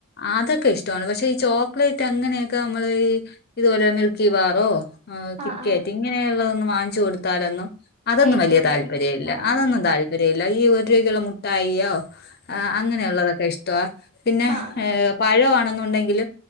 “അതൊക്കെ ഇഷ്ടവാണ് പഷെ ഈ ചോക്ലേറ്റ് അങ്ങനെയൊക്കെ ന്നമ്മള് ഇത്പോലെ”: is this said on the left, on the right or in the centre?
Left